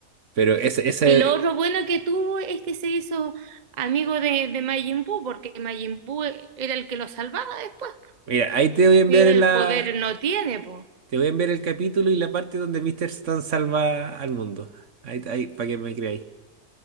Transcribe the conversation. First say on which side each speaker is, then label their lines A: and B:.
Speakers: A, on the right (about 55°); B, on the right (about 30°).
A: pero ese, ese,
B: Y lo otro bueno que tuvo es que se hizo amigo de, de Majin Buu, porque Majin Buu era el que lo salvaba después.
A: mira, ahí te voy a enviar
B: Y el
A: la,
B: poder no tiene, pues.
A: te voy a enviar el capítulo y la parte donde Mr. Satan salva al mundo. Ahí, ahí, para que me creáis.